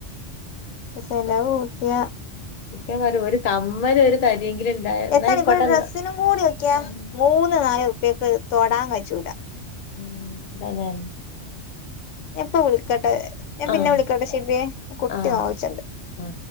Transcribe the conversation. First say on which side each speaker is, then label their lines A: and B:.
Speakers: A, on the left (about 80°); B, on the left (about 50°).
A: ചെലവ് കൂട്ടിയ
B: ഇക്കാ പറയും ഒരു കമ്മല് ഒരു തരിയെങ്കിലും ഉണ്ടായ എന്നാ
A: എത്താണീ
B: ആയിക്കോട്ടെ
A: ഇബടെ ഡ്രസ്സിനും
B: എന്നാ
A: കൂടി ക്ക്യ
B: ഉം
A: മൂന്ന് നാല് ഉർപ്യക്ക് തൊടാൻ കജ്ജൂല
B: ഉം ഇ <unintelligible>
A: ഇപ്പ വിളിക്കട്ടെ ഞാൻ പിന്നെ
B: ആഹ്
A: വിളിക്കട്ടെ ശബിയെ കുട്ടി
B: ആഹ്
A: ഒവിച്ചണ്ട്
B: ആഹ്